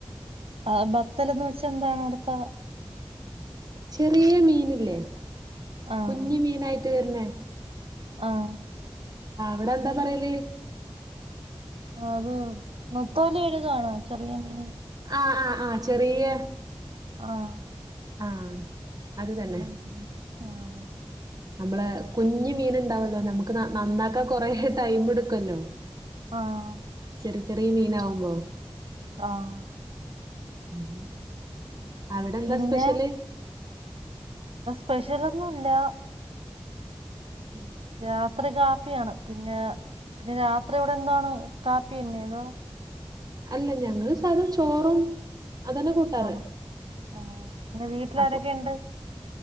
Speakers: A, on the right; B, on the right.
A: ആ ബത്തൽന്ന് വെച്ചാ എന്താണ് അവിടത്തെ
B: ചെറിയ മീനല്ലേ
A: ആഹ്
B: കുഞ് മീനായിട്ട് വര്നെ
A: ആഹ്
B: വടെന്താ പറയല്?
A: അത് നത്തോലിര്ഗാണോ ചെറിയ മീൻ
B: ആഹ് ആഹ് ആഹ് ചെറിയ
A: ആഹ്
B: ആഹ് അത് തന്നെ.
A: ആഹ് ആഹ്
B: നമ്മള് കുഞ്ഞ് മീന് ഇണ്ടാവല്ലോ നമുക്ക് നന്നാക്കാൻ കൊറേ ടൈമ് ഇട്ക്കൊല്ലോ.
A: ആഹ്
B: ചെറിയ ചെറിയ മീനാവും. വൗ
A: ആഹ്
B: ഉ ഹും അവിടെ എന്താ
A: പിന്നെ
B: സ്പെഷ്യല്?
A: പെഷ്യലൊന്നുല്ല
B: ഉം
A: രാത്രി കാപ്പിയാണ് പിന്നെ പിന്നെ രാത്രി ഇവിടെ എന്താണ് കാപ്പി തന്നെ അതോ
B: അല്ല ഞങ്ങള് സാധ ചോറും അതന്നെ കൂട്ടാറ്
A: ആഹ് ആഹ് പിന്നെ വീട്ടിൽ
B: അപ്പൊ
A: ആരൊക്കെ ഇണ്ട്?